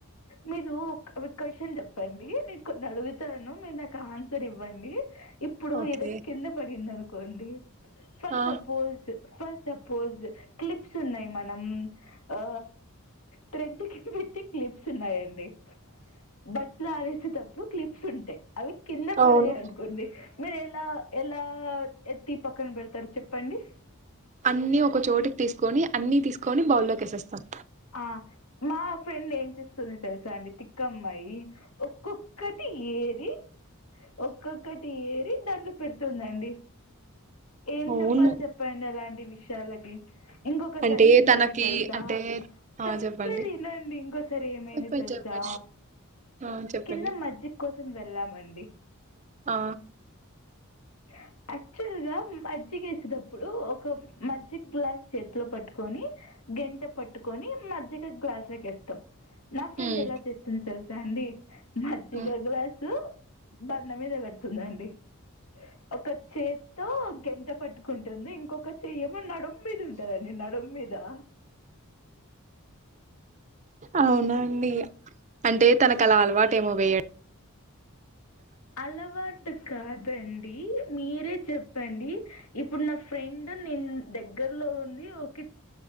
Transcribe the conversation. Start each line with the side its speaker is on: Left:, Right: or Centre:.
Left: మీరు ఒక క్వశ్చన్ చెప్పండి నేను కొన్ని అడుగుతాను మీరు నాకు ఆన్సర్ ఇవ్వండి ఇప్పుడు
Right: ఓకే
Left: ఏదైనా కింద పడింద అనుకోండి ఫర్
Right: ఆ
Left: సపోజ్ ఫస్ సపోజ్ క్లిప్స్ ఉన్నాయి మనం ఆ థ్రెడ్ కి పెట్టి క్లిప్స్ ఉన్నాయండి బట్టలు ఆరేసేటప్పుడు క్లిప్స్ ఉంటాయి అవి కింద పడాయి
Right: అవును
Left: అనుకోండి మీరు ఎలా ఎలా ఆ ఎత్తి పక్కన పెడతారు చెప్పండి
Right: అన్ని ఒక చోటుకి తీసుకొని అన్ని తీసుకొని బౌల్లోకెసేస్తాం
Left: ఆ మా ఫ్రెండ్ ఏం చేస్తుంది తెలుసా అండి తిక్కమ్మాయి ఒక్కొక్కటి ఏరి ఒక్కొక్కటి ఏరి దానిలో పెడుతుందండి ఏం
Right: అవునా
Left: చెప్పాలి చెప్పండి అలాంటి విషయాలకి ఇంకొకసారి
Right: అంటే
Left: ఏమైంది
Right: తనకి
Left: తెలుసా
Right: అంటే ఆ
Left: చెప్పేదినండి
Right: చెప్పండి
Left: ఇంకోసారి ఏమైంది
Right: చెప్పండి
Left: తెలుసా
Right: చెప్పండి ఆ చెప్పండి
Left: కింద మజ్జిక్ కోసం వెళ్ళామండి
Right: ఆ
Left: ఆ యాక్చువల్ గా మజ్జిగ వేసేటప్పుడు ఒక మజ్జిగ గ్లాస్ చేతిలో పట్టుకొని గంట పట్టుకొని మజ్జిగ గ్లాస్ లకి ఎస్తాం నా ఫ్రెండ్
Right: ఉమ్
Left: ఎలా చేస్తుంది తెలుసా అండి మజ్జిగ
Right: ఉమ్.
Left: గ్లాసు బండ మీద కడుతుందండి ఒక చేత్తో గంట పట్టుకుంటుంది ఇంకొక చెయ్ ఏమో నడు మీద ఉంటదండి నడు మీద ఆ
Right: అవునా అండి అంటే తనకు అలా అలవాటు ఏమో వేయ
Left: అలవాటు కాదండి మీరే చెప్ ప్పండి ఇప్పుడు నా ఫ్రెండ్ నేను దగ్గర్లో ఉంది ఒక